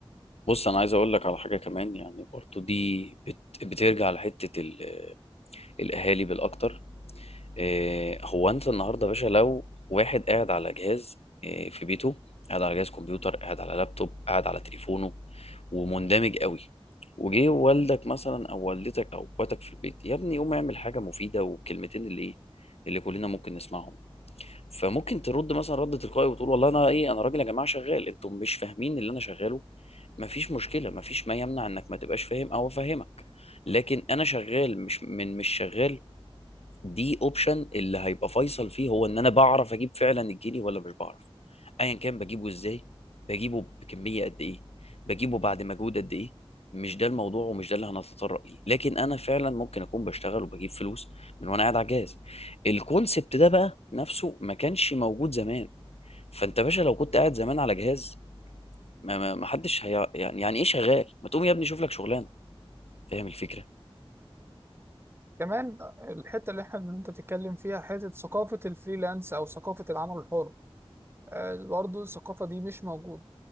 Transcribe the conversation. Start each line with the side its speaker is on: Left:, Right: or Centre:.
Left: بص انا عايز اقول لك على حاجه كمان يعني برضو دي بت... بترجع لحته ال... الاهالي بالاكتر إيه هو انت النهارده يا باشا لو واحد قاعد على جهاز إيه في بيته قاعد على جهاز كمبيوتر قاعد على لابتوب قاعد على تليفونه ومندمج قوي وجه والدك مثلا او والدتك او اخواتك في البيت يا ابني قوم اعمل حاجه مفيده والكلمتين اللي ايه اللي كلنا ممكن نسمعهم فممكن ترد مثلا رد تلقائي وتقول والله انا ايه انا راجل يا جماعه شغال انتم مش فاهمين اللي انا شغاله مفيش مشكله مفيش ما يمنع انك ما تبقاش فاهم او افهمك لكن انا شغال مش من مش شغال دي اوبشن اللي هيبقى فيصل فيه هو ان انا بعرف اجيب فعلا الجنيه ولا مش بعرف ايا كان بجيبه ازاي بجيبه بكميه قد ايه بجيبه بعد مجهود قد ايه مش ده الموضوع ومش ده اللي هنتطرق ليه لكن انا فعلا ممكن اكون بشتغل وبجيب فلوس من وانا قاعد على الجهاز الكونسبت ده بقى نفسه ما كانش موجود زمان فانت يا باشا لو كنت قاعد زمان على جهاز ما ما ما حدش هي يعني يعني ايه شغال ما تقوم يا ابني شوف لك شغلانه فاهم الفكره
Right: كمان الحتة اللي احنا انت تتكلم فيها حتة ثقافة الفريلانس او ثقافة العمل الحر آه، برضو الثقافة دي مش موجودة